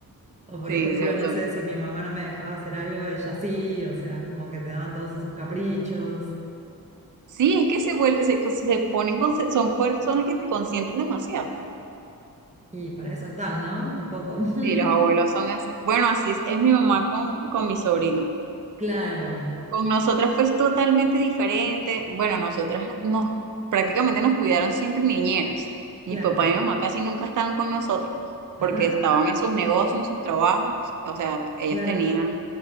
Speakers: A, on the right; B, on the right.
A: O por
B: sí,
A: ejemplo,
B: se-
A: no
B: son-
A: sé, si mi mamá no me dejaba hacer algo, ella sí, o sea, como que te daban todos esos caprichos
B: Sí, es que se vuelven, se, se ponen, con- son personas que te consienten demasiado.
A: y para eso están, ¿no? Un poco. <laughs>
B: Sí, los abuelos son así. Bueno, así es, es mi mamá con, con mi sobrino.
A: Claro,
B: Con nosotras fue totalmente diferente. Bueno, nosotras nos prácticamente nos cuidaron siempre niñeras.
A: claro,
B: Mi papá y mi mamá casi nunca estaban con nosotros porque
A: ajá,
B: estaban en sus negocios, en sus trabajos. O sea, ellos
A: claro,
B: tenían